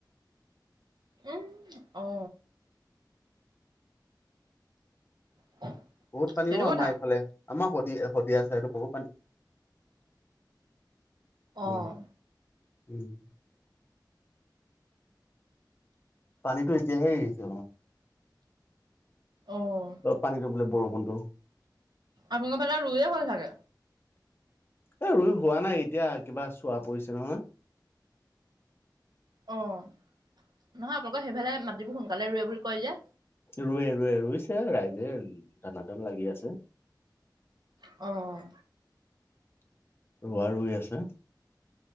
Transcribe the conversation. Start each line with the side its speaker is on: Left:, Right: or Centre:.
Right: উম অ <unintelligible>
Left: বহুত পানীও
Right: সেইটো
Left: আমাৰ
Right: কথা
Left: এইফালে আমাৰ শদি শদিয়া ছাইডে বহুত পানী
Right: অ'
Left: উম উম পানীটো এতিয়াহে আহিছে অলপ
Right: অ
Left: অ পানীটো বোলে বৰষুণটো
Right: আপোনালোকৰ ফালে ৰুইয়ে হ'ল চাগে
Left: এ ৰুই হোৱা নাই এতিয়া কিবা চোৱা পৰিছে নহয়
Right: অ নহয় আপোনালোকৰ সেইফালে মাটিবোৰ সোনকালে ৰুৱে বুলি কয় যে
Left: ৰুৱে ৰুৱে ৰুইছে ৰাইজে তানা তন লাগি আছে
Right: অ
Left: ৰুৱা ৰুই আছে